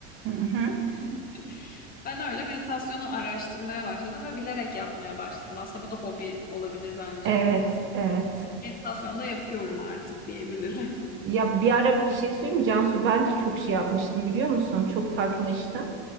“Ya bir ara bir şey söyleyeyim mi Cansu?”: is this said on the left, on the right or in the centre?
Right